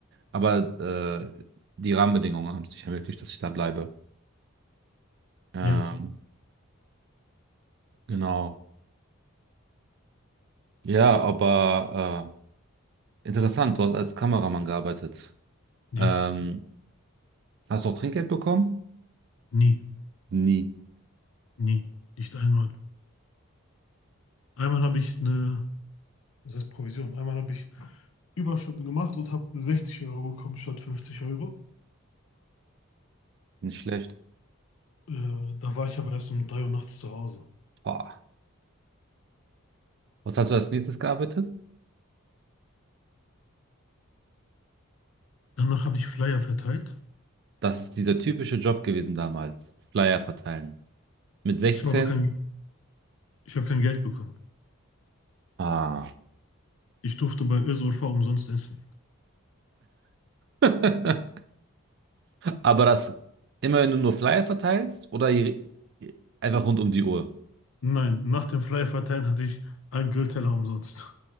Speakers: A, on the right (about 55°); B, on the left (about 70°).
A: aber äh, die Rahmenbedingungen haben es nicht ermöglicht, dass ich da bleibe. Ähm,
B: Ja.
A: genau. Ja, aber äh, interessant, du hast als Kameramann gearbeitet.
B: Ja.
A: Ähm, hast du auch Trinkgeld bekommen?
B: Nie.
A: Nie.
B: Nie. Nicht einmal. Einmal habe ich eine, das heißt Provision, einmal habe ich Überstunden gemacht und habe 60 Euro bekommen statt 50 Euro.
A: Nicht schlecht.
B: Äh, da war ich aber erst um 3 Uhr nachts zu Hause.
A: Boah. Was hast du als nächstes gearbeitet?
B: Danach habe ich Flyer verteilt.
A: Das ist dieser typische Job gewesen damals. Flyer verteilen. Mit 16?
B: Ich habe aber kein Ich habe kein Geld bekommen.
A: Ah.
B: Ich durfte bei Özurfa umsonst essen.
A: <laughs> Aber das immer, wenn du nur Flyer verteilst oder je- einfach rund um die Uhr.
B: Nein, nach dem Freie Verteilen hatte ich einen Grillteller umsonst.